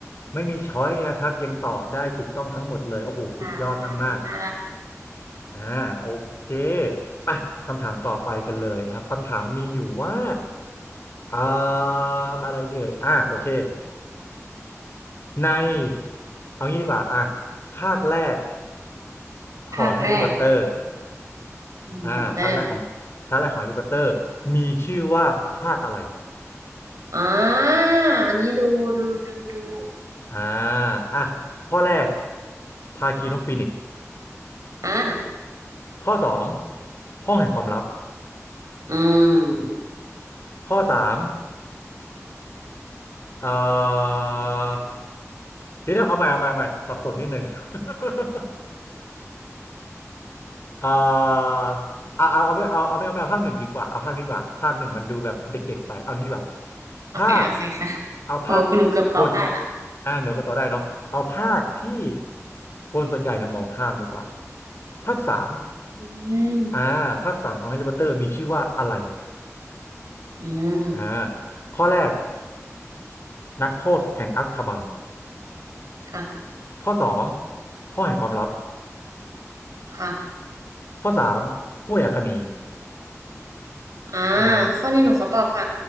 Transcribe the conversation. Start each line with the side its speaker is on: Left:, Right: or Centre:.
Left: ไม่มีช้อยนะครับยังตอบได้ถูกต้องทั้งหมดเลยโอ้โหสุดยอดมาก
Right: ใช่ใช่ใช่
Left: ๆอ่าโอเคไปคำถามต่อไปกันเลยนะครับคำถามมีอยู่ว่าอ่าอะไรเดือยอ่าโอเคในเอางี้ดีกว่าอ่ะภาคแรก
Right: ภาคแรก
Left: ของแฮร์รี่พอตเตอร์
Right: แฮร์รี่พอตเตอร์
Left: อ่าภาคแรกของภาคแรกของแฮร์รี่พอตเตอร์มีชื่อว่าภาคอะไร
Right: อ่าอันนี้ดูดูดูดู
Left: อ่าอ่ะข้อแรกภาคีนกฟีนิกซ์
Right: อ่า
Left: ข้อสองห้องแห่งความลับ
Right: อืม
Left: ข้อสามเอ่อเดี๋ยวเดี๋ยวเอาใหม่เอาใหม่เอาใหม่สับสนนิดนึง <laughs> เอ่าเอาเอาเอาไม่เอาเอาไม่เอาไม่เอาภาคหนึ่งดีกว่าเอาภาคนี้ดีกว่าภาคหนึ่งมันดูแบบเด็กๆไปเอางี้ดีกว่า
Right: โอเคโอเคค่ะ
Left: ภาคเอาภาคที่คน
Right: โอ้หนูเกือบตอบได้ละ
Left: อ่าหนูก็ต่อได้เนาะเอาภาคที่คนส่วนใหญ่เนี่ยมองข้ามดีกว่าภาคสาม
Right: อืม
Left: อ่าภาคสามของแฮร์รี่พอตเตอร์มีชื่อว่าอะไร
Right: อืม
Left: อ่าข้อแรกนักโทษแห่งอัซคาบัน
Right: ค่ะ
Left: ข้อสองห้องแห่งความลับ
Right: ค่ะ
Left: ข้อสามผู้อาคนี
Right: อ่า
Left: อ่า
Right: ข้อนี้หนูขอตอบค่ะ